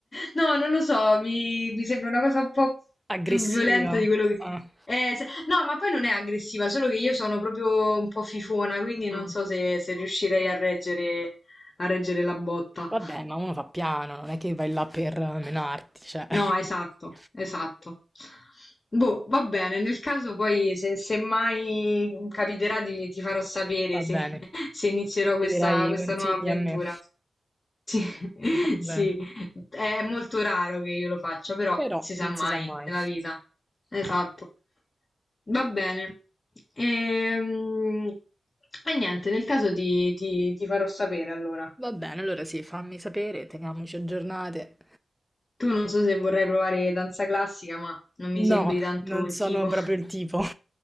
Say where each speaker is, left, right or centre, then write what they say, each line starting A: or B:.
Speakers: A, on the left; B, in the centre.
A: No, non lo so, mi, mi sembra una cosa un po'
B: Aggressiva.
A: più violenta di quello che...
B: Ah,
A: Eh, se- No, ma poi non è aggressiva, solo che io sono proprio un po' fifona, quindi
B: mh.
A: non so se, se riuscirei a reggere, a reggere la botta.
B: Vabbè, ma uno fa piano, non è che vai là per menarti, cioè. <laughs>
A: No, esatto, esatto. Boh, va bene, nel caso poi se, se mai capiterà di- ti farò sapere
B: Va
A: se,
B: bene.
A: <laughs> se inizierò questa
B: Chiederai
A: questa
B: i consigli
A: nuova avventura.
B: a me.
A: Sì, <laughs>
B: Va bene.
A: sì, è molto raro che io lo faccia, però
B: Però
A: si sa
B: non
A: mai
B: si sa mai.
A: nella vita. Esatto. Va bene. Ehm, E, niente, nel caso ti, ti- ti farò sapere allora.
B: Va bene, allora sì, fammi sapere, teniamoci aggiornate.
A: Tu non so se vorrai provare danza classica, ma non mi
B: No,
A: sembri
B: Mm,
A: tanto
B: non
A: il
B: sono
A: tipo.
B: proprio il tipo. <laughs>